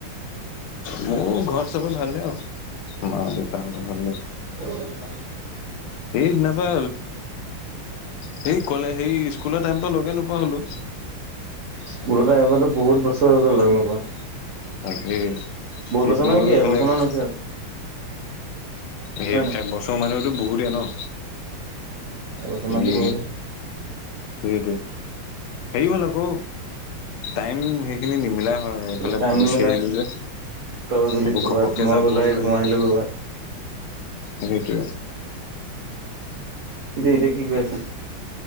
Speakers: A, on the left (about 80°); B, on the right (about 90°).
A: মোৰ ঘৰত চবে ভালে আউ মা দেউতাহঁতৰ ভালেই
B: ৰ জোমা <unintelligible>
A: সেই দিনাপা সেই কলে সেই স্কুলৰ টাইম পা লগে নোপোৱা হ'লোঁ
B: স্কুলৰ টাইমৰপৰাটো বহুত বছৰ হৈ গ'ল লগ নকৰা
A: তাকে এই
B: বছৰ
A: মইও
B: মানে কি
A: এইফালে
B: এবছৰমান
A: গুছ
B: হৈছে আৰু
A: এই
B: হয় নহয়
A: একবছৰ মানেতো বহুতে ন
B: অকমান
A: হেৰি
B: দেৰি বহু দেই।
A: সেইটোৱে হেৰি হ'ল আকৌ টাইম হে খিনি নিমিলা হয় এইফালে
B: টাইম নিমিলা
A: গুচি আহিলো যে।
B: তই গ'লি
A: আকৌ
B: ক'ৰবাত
A: ঘপককে
B: মই
A: যাবও
B: গ'লো
A: নোৱাৰি।
B: মই আহিলোঁ ক'ৰবাত
A: সেইটোৱে
B: এতিয়া এতিয়া কি কৰি আছা।